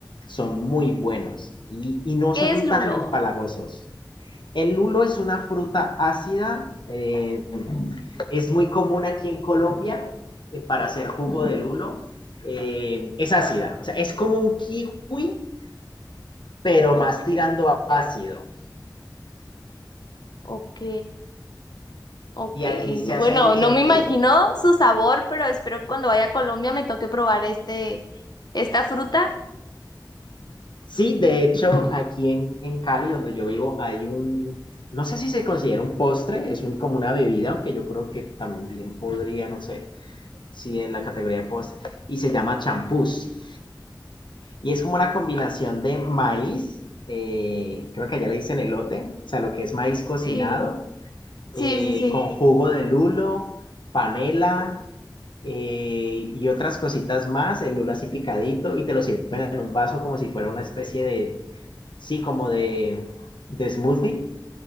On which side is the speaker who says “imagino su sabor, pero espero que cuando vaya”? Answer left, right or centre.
Left